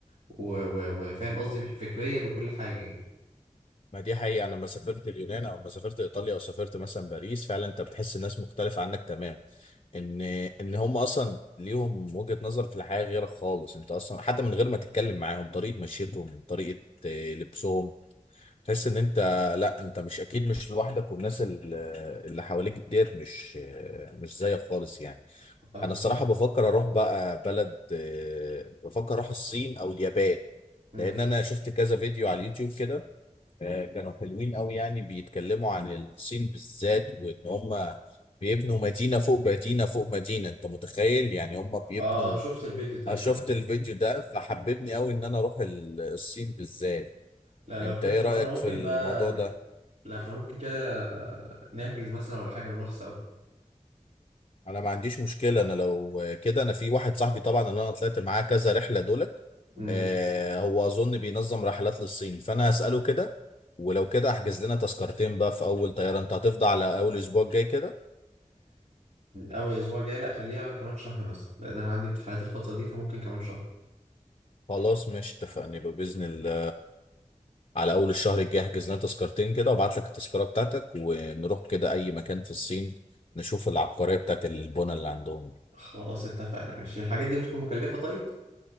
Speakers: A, on the right; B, on the left.
A: و... و... وفاهم قصدي فكريا وكل حاجه يعني
B: ما دي حقيقة أنا لما سافرت اليونان أو لما سافرت إيطاليا أو سافرت مثلا باريس فعلا أنت بتحس الناس مختلفة عنك تمام إن إن هم أصلا ليهم وجهة نظر في الحياة غيرك خالص أنت أصلا حتى من غير ما تتكلم معاهم طريقة مشيتهم طريقة آه، لبسهم تحس إن أنت لا أنت مش أكيد مش لوحدك والناس ال- اللي حواليك ديت مش آه، مش زيك خالص يعني
A: فاهمك
B: أنا الصراحة
A: اه
B: بفكر أروح بقى بلد آه، بفكر أروح الصين أو اليابان
A: مم.
B: لأن أنا شفت كذا فيديو على اليوتيوب كده آه، كانوا حلوين قوي يعني بيتكلموا عن الصين بالذات وان هم بيبنوا مدينة فوق مدينة فوق مدينة انت متخيل يعني هم بيبنوا
A: اه شفت الفيديو ده
B: أنا
A: فعلا
B: شفت الفيديو ده فحببني قوي ان انا اروح ال- الصين بالذات
A: لا لو
B: انت
A: كده
B: ايه
A: طب
B: رأيك
A: ما احنا ممكن
B: في الموضوع
A: بقى ن...
B: ده
A: لا احنا ممكن كده نحجز مثلا ولا حاجه ونروح سوا
B: انا ما عنديش مشكلة انا لو كده انا في واحد صاحبي طبعا اللي انا طلعت معاه كذا رحلة دولت
A: امم
B: آه، هو اظن بينظم رحلات للصين فانا هسأله كده ولو كده احجز لنا تذكرتين بقى في اول طيارة انت هتفضى على اول اسبوع الجاي كده
A: اول اسبوع جاي لا خليها كمان شهر مثلا لان انا عندي امتحانات الفتره دي فممكن كمان شهر
B: خلاص ماشي اتفقنا لو باذن الله على اول الشهر الجاي احجز لنا تذكرتين كده وابعت لك التذكره بتاعتك ونروح كده اي مكان في الصين نشوف العبقريه بتاعت البنى اللي عندهم دي
A: خلاص اتفقنا ماشي الحاجات دي بتكون مكلفه طيب